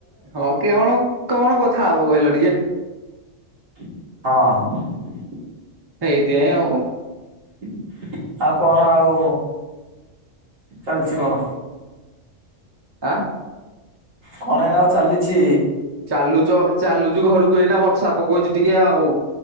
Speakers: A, on the right; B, on the right.
A: ହଁ କିଅଣ କଣ କଥା ହବ କହିଲ ଟିକେ।
B: ହଁ।
A: ହେଇଥି ପାଇଁ ଆଉ।
B: <inaudible> ଆଉ କଣ ଆଉ ଚାଲିଛି କଣ।
A: ଆଁ।
B: କଣ ଏନା ଆଉ ଚାଲିଛି।
A: ଚାଲୁଛ ଚାଲୁଚୁ ଘରୁକୁ ଏଇନା ବର୍ଷା ପକଉଛି ଟିକେ ଆଉ।